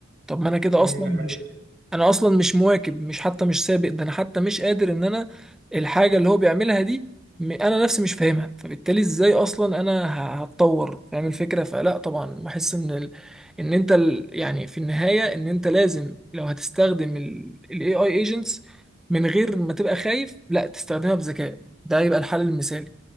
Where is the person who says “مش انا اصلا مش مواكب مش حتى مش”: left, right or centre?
Centre